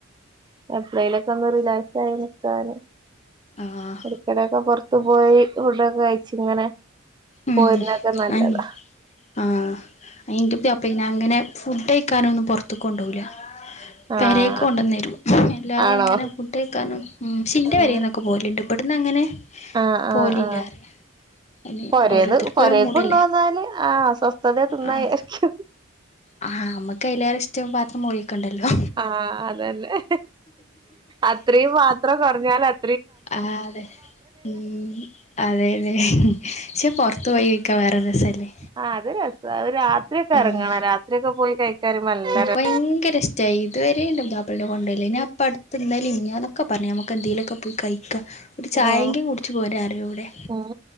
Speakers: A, on the right; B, on the left.
A: എപ്പഴേലൊക്കെ ഒന്ന് റിലാക്സ് ആയി നിക്കാന്
B: ആഹ്
A: ഇടകിടെ ഓക്കെ പൊ ർത്തു പോയി ഫുഡൊക്കെ കഴിച്ച് ഇങ്ങനെ.
B: ഉം
A: പോരുന്നൊക്കെ നല്ലതാ
B: അനു ആ എന്റെ പുതിയപ്ലെ പിന്നെ അങ്ങനെ ഫുഡ് കഴിക്കാനൊന്നും പുറത്ത് കൊണ്ടോവില്ല.
A: ആഹ്
B: പെരേക്ക് കൊണ്ടന്നു തരും അല്ലാതെ
A: ആണോ
B: അങ്ങനെ ഫുഡ് കഴിക്കാനൊ ഉം പക്ഷെ ഷിൻന്റെ
A: ആഹ്
B: പേരെ ഒക്കെ പോലുണ്ട് ഇവിടുന്നങ്ങനെ
A: ആഹ്
B: പോലില്ലാരായ
A: ആഹ് ആഹ്
B: അങ്ങനെ
A: പൊരേന്ന്
B: ഓരോരുത്തർക്ക്
A: പൊരേല്
B: ഓരോ മൂടല്ലേ
A: കൊണ്ട് വന്നാല് ആഹ് സ്വസ്ഥതെ തിന്നാന്ന്
B: ആഹ്
A: വിചാരിക്കും.
B: ആഹ് നമ്മക്കയിലെറെ ഇഷ്ടം പാത്രം ഒഴി ക്കണ്ടല്ലോ.
A: ആ അതന്നെ അത്രയും പാത്രം കുറഞ്ഞാൽ അത്
B: ആ അതെ ഉം അതെ അതെ പക്ഷെ പൊറത്ത് പോയി കാ ഴിക്ക വേറൊരു രസല്ലേ
A: ആ അത് രസാ അത് രാത്രിഓക്കെ
B: ഉം
A: എറങ്ങണം രാത്രിയൊക്കെ പോയി കഴിക്കാനും നല്ല
B: എനിക്ക്
A: ര
B: ഭയങ്കര ഇഷ് ടാ ഇതുവരെ എന്റെ പുതിയാപ്ല എന്നെ കൊണ്ടയില്ല ഇനി ആപ്പ അടുത്ത് ഇന്നലെയും മിനിഞ്ഞാന്നൊക്കെ പറഞ് ഞമ്മക്ക് എന്തേലൊക്കെ പോയി കഴിക്കാ. ഒരു
A: രസാ
B: ചായെങ്കി
A: ഉം
B: കുടിച്ച് പോരാ പറഞ്ഞൂടെ
A: ഉം